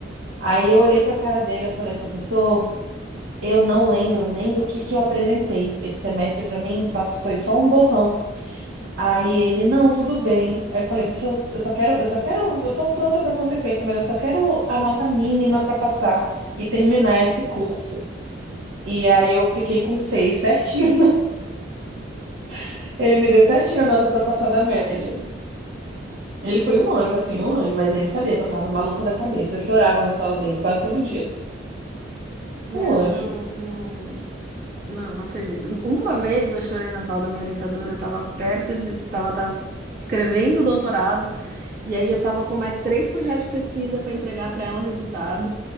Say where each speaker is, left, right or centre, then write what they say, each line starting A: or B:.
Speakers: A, on the right; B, on the right.
A: Aí eu olhei para a cara dele, eu falei, professor, eu não lembro nem do que que eu apresentei. Esse semestre para mim pass- foi só um borrão. Aí ele, não, tudo bem. Eu falei, professor, eu só quero, eu só quero, eu tô pronta para consequência, mas eu só quero a nota mínima para passar e terminar esse curso. E aí eu fiquei com seis certinho. <laughs> Ele me deu certinho a nota para passar
B: Ai,
A: da média. Ele foi um anjo, assim, um anjo, mas ele sabia que eu tava maluca da cabeça. Eu chorava na sala dele quase todo dia.
B: não,
A: Um anjo.
B: eu não, eu não, não, não fez isso. Uma vez eu chorei na sala da minha orientadora, eu tava perto de, tava, tava escrevendo o doutorado, e aí eu tava com mais três projetos de pesquisa para entregar para ela resultado.